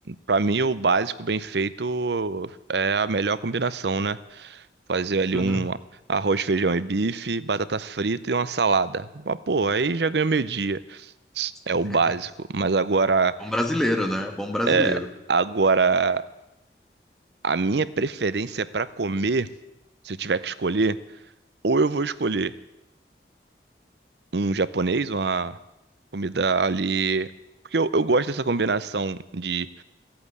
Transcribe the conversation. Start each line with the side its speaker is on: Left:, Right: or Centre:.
Right: pra mim o básico bem feito é a melhor combinação, né? Fazer ali
Centre: Uhum.
Right: um arroz, feijão e bife, batata frita e uma salada. Mas, pô, aí já ganhou meio-dia. É
Centre: <laughs>
Right: o básico. Mas agora,
Centre: Bom brasileiro, né? Bom brasileiro.
Right: é, agora a minha preferência pra comer, se eu tiver que escolher, ou eu vou escolher um japonês, uma comida ali. Porque eu, eu gosto dessa combinação de